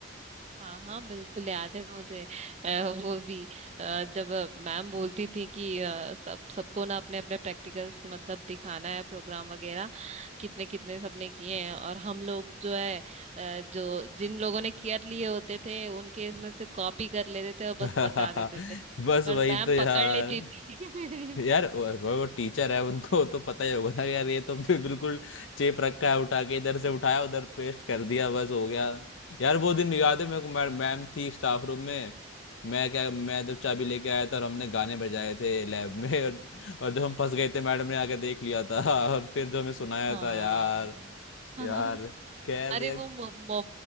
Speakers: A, on the right (about 35°); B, on the left (about 75°).
A: हाँ हाँ बिल्कुल याद है मुझे अ, वो भी अ, जब अ, मैम बोलती थी कि अ, सब सबको ना अपने अपने प्रैक्टिकल्स मतलब दिखाना है प्रोग्राम वगैरह कितने कितने सबने किए हैं और हम लोग जो है अ, जो जिन लोगों ने केयर लिए होते थे उनके इसमें से कॉपी कर लेते थे और
B: <laughs>
A: बस बता देते थे
B: बस
A: पर
B: वही
A: मैम
B: तो यार
A: पकड़ लेती थी
B: यार वो वो टीचर है उनको तो पता ही होगा ना यार ये तो <laughs> बि- बिल्कुल चेप रखा है उठा के इधर से उठाया उधर पेस्ट कर दिया बस हो गया यार वो दिन याद है मेरे को मैम मैम थी स्टाफ रूम में मैं क्या मैं जब चाबी लेके आया था और हमने गाने बजाए थे लैब में <laughs> और, और जब हम फंस गए थे मैडम ने आके देख लिया था <laughs> और फिर जो हमें सुनाया
A: <laughs> हाँ
B: था यार
A: <laughs>
B: यार खैर
A: अरे
B: यार
A: वो मो, मो,